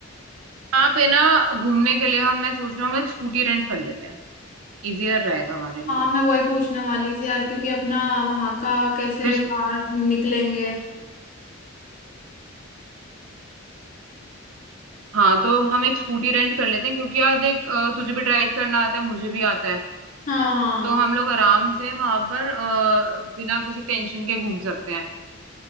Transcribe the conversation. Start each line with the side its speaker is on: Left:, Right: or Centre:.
Right: वहां पे ना घूमने के लिए हम मैं सोच रहा हूँ हम एक स्कूटी रेंट कर लेते हैं इजियर रहेगा हमारे लिए
Left: हाँ मैं वही पूछने वाली थी यार क्योंकि अपना वहाँ का कैसे
Right: फिर स्कू-
Left: कार निकलेंगे
Right: हाँ तो हम एक स्कूटी रेंट कर लेते हैं क्योंकि यार देख अ, तुझे भी ड्राइव करना आता है मुझे भी आता है
Left: हाँ हाँ
Right: तो हम लोग आराम से वहां पर अ, बिना किसी टेंशन के घूम सकते हैं